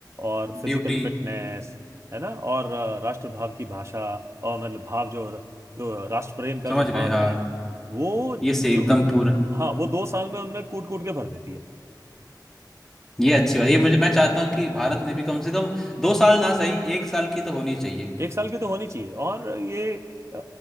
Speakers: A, on the right (about 40°); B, in the centre.
A: और फिजिकल
B: ड्यूटी
A: फिटनेस है ना और आ, राष्ट्रभाव की भाषा और मतलब भाव जो जो राष्ट्र प्रेम का
B: समझ
A: जो भाव
B: गए हाँ
A: है वो
B: ये से
A: जो
B: एकदम पूरा
A: हाँ वो दो साल में उनमें कूट कूट के भर देती है
B: ये अच्छी बात ये मुझे मैं चाहता हूँ कि
A: हाँ
B: भारत ने भी कम से कम दो साल ना सही एक साल की तो होनी चाहिए
A: एक
B: <laughs>
A: साल की तो होनी चाहिए और ये अ,